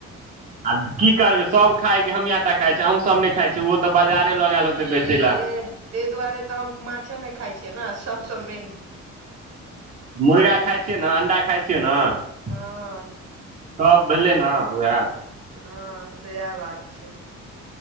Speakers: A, on the right; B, on the right.
A: आ की करबै सभ खायके हमिय टा खााय छी अहूँ सब नहि खाइ छीयै ओहो तऽ बाजारे लगल होतै
B: एह
A: बेचे लए।
B: ताहि दुआरे तऽ हम माछे नहि खाइ छियै ने सबसँ मेन।
A: मुर्गा खाइ छियै न अंडा खाइ छियै न।
B: आं।
A: फ्लाव भेलै न वएह।
B: हँ सेहै बात छै।